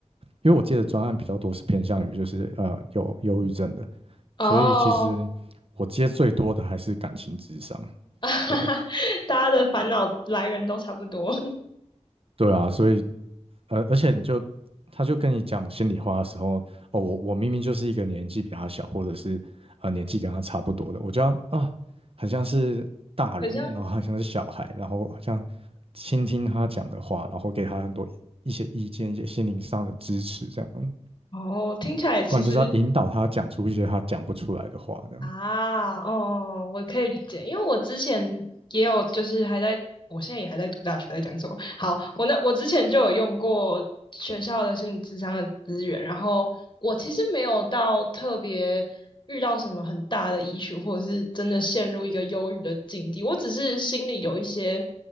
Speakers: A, on the right; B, on the left.
A: 因为我接的专案比较多是偏向于就是呃有忧郁症的，
B: 哦，
A: 所以其实我接最多的还是感情智商。
B: <laughs>
A: 对
B: 大家的烦恼来源都差不多，
A: 对啊，所以呃，而且你就他就跟你讲心里话的时候，哦，我我明明就是一个年纪比他小，或者是呃年纪跟他差不多的，我就要啊，很像是大人，
B: 很像
A: 然后很像是小孩，然后好像倾听他讲的话，然后给他很多一些意见，一些心灵上的支持，这样，
B: 哦，听起来其实
A: 不然就是要引导他讲出一些他讲不出来的话，这样。
B: 啊，哦，我可以理解，因为我之前也有，就是还在，我现在也还在读大学，在讲什么？好，我那我之前就有用过学校的心理咨商的资源，然后我其实没有到特别遇到什么很大的 i s 或者是真的陷入一个忧郁的境地，我只是心里有一些